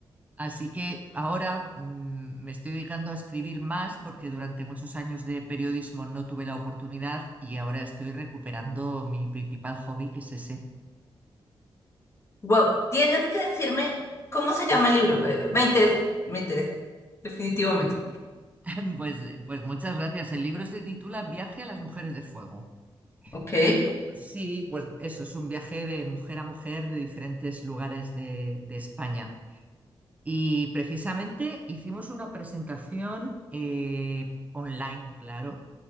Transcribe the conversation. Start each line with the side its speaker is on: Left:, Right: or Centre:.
Right: Así que ahora mm, me estoy dedicando a escribir más porque durante muchos años de periodismo no tuve la oportunidad y ahora estoy recuperando mi principal hobby, que es ese.
Left: Wow, tienes que decirme cómo se llama el libro. eh, me interesa, me interesa, definitivamente.
Right: <laughs> Pues, eh, pues muchas gracias. El libro se titula Viaje a las mujeres de fuego.
Left: Ok.
Right: Eh, sí, pues eso, es un viaje de mujer a mujer de diferentes lugares de, de España. Y precisamente hicimos una presentación eh, online, claro